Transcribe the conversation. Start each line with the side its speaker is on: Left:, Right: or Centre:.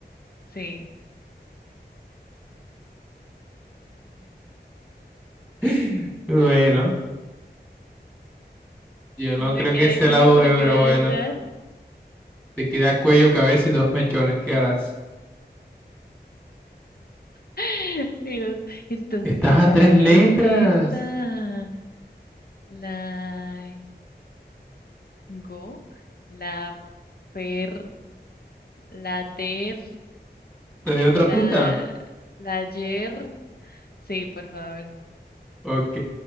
Left: Sí.
Centre: <laughs> Bueno, yo no creo
Left: Me quedé
Centre: que sea
Left: sin
Centre: la
Left: extremidades
Centre: V, pero bueno.
Left: ya.
Centre: Te queda cuello, cabeza y dos mechones. ¿Qué harás?
Left: <laughs> Y no- Entonces,
Centre: Estás
Left: ¿qué
Centre: a
Left: palabra
Centre: tres letras.
Left: es esa? La go, la per, la ter,
Centre: ¿Te doy otra
Left: la,
Centre: pista?
Left: la yer. Sí, por favor.
Centre: Ok,